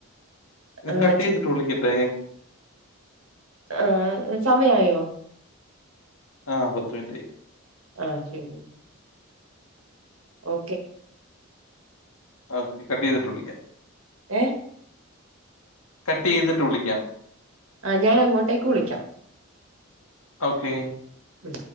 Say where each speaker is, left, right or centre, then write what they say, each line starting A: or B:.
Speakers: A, on the right; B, on the left.
A: ആഹ്
B: കട്ട് ചെയ്തിട്ട്
A: ചി
B: വിളിക്കട്ടെ
A: ആഹ് സമയമായോ
B: ആഹ് പത്ത് മിനിറ്റ് ആയി
A: ആഹ് ശരി എന്ന ഓക്കെ
B: ഓക്കെ കട്ട് ചെയ്തിട്ട് വിളിക്കാം
A: ഏഹ്
B: കട്ട് ചെയ്തിട്ട് വിളിക്കാം
A: ആഹ് ഞാൻ അങ്ങോട്ടേക്ക് വിളിക്കാം
B: ഓക്കെ
A: ഉം